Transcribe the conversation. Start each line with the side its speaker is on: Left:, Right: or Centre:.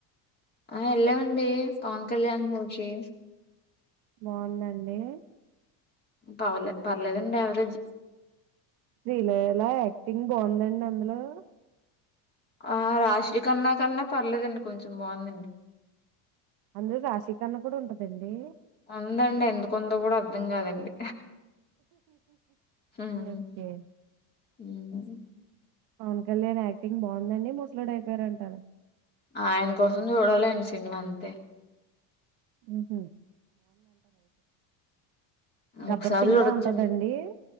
Left: ఆ ఎల్లామండి పవన్ కళ్యాణ ఓజి
Right: బాగుందండి
Left: పవలే పర్లేదండి ఆవరేజ్
Right: శ్రీలీల యాక్టింగ్ బాగుందండి అందులొ అందులో
Left: ఆ రాశీ కన్నా కన్నా పర్లేదండి కొంచెం బాగుందండి
Right: అందులొ రాశి కన్న కూడా ఉంటదండి
Left: ఉందండి ఎందుకుందొ కూడా అర్ధం కాదండి ఉమ్.
Right: ఓకే
Left: ఉమ్.
Right: పవన్ కళ్యాణ్ యాక్టింగ్ బాగుందండి ముసలోడు అయిపోయారంటార
Left: ఆయన కోసం చూడాలండి సినిమా అంతే
Right: ఉహ 'గబ్బర్
Left: ఒకసారి
Right: సింగ్'లా
Left: చూడచ్చండి
Right: ఉంటదండి?